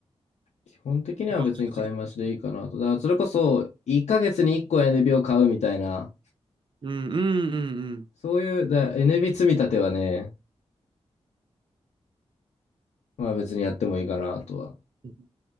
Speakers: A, on the left (about 80°); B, on the right (about 45°).
A: 基本的には別に買い増しでいいかなと。
B: 盤石すぎ。
A: だからそれこそ1ヶ月に1個 NB を買うみたいな、
B: うん、うん、うん、
A: そういうだ NB 積み立てはね、まあ別にやってもいいかなとは。
B: うん。<laughs>